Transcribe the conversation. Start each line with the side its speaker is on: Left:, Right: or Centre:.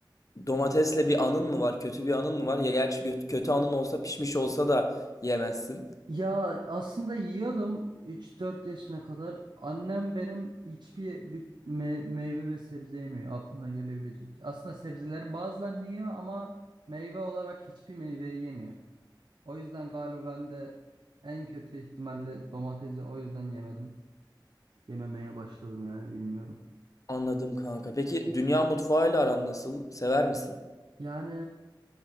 Left: domatesle bir anın mı var? Kötü bir anın mı var? Ya gerçi gö- kötü anın olsa pişmiş olsa da yemezsin.
Right: Ya aslında yiyordum üç dört yaşına kadar. Annem benim hiçbir bir me- meyve ve sebze yemiyor aklına gelebilecek. Aslında sebzelerin bazılarını yiyor ama meyve olarak hiçbir meyveyi yemiyor. O yüzden galiba ben de en kötü ihtimalle domatesi o yüzden yemedim. Yememeye başladım yani bilmiyorum.
Left: Anladım kanka. Peki dünya mutfağıyla aran nasıl? Sever misin?
Right: Yani